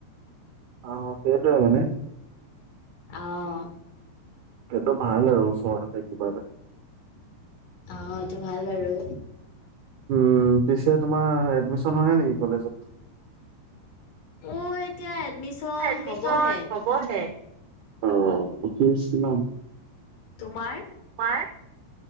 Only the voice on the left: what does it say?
অ
অ সেতু ভাল বাৰু
অ এতিয়া এডমিচন
হ'বহে
তোমাৰ?